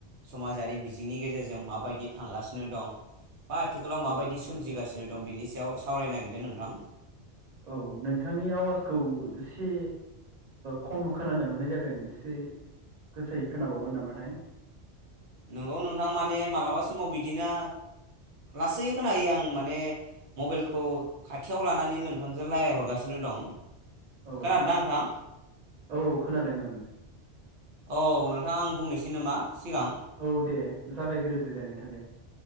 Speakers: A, on the right; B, on the right.
A: समाजारि बिजोंंनि गेजेरजों जों माबायदि थांगासिनो दं बा आथिखालाव माबायदि
B: औ
A: सोमजिगासिनो दं बिनि सायाव सावरायनो नागिरदों नोंथां
B: औ नोंथांनि आवाज खौ एसे खम खोनानो मोननाय जादों एसे गोसोयै खोनाबावगोन नामाथाय
A: नोंगौ नोंथां माने मालाबा समाव बिदिनो लासै खोनायो आं माने मबाइलखौ खाथियाव लानानै नोंथांजों रायज्लाय हरगासिनो दं
B: औ
A: खोनादोंना नोंथां
B: औ खोनादों ओं
A: औ नोंथाङा आं बुंनोसै नामा सिगां
B: औ दे जागायग्रोदो दे दे